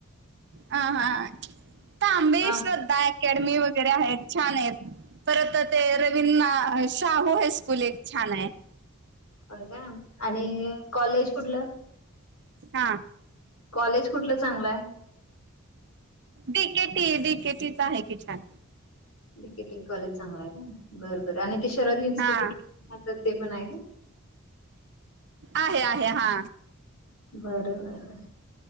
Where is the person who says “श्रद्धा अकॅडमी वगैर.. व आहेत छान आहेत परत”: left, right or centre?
Right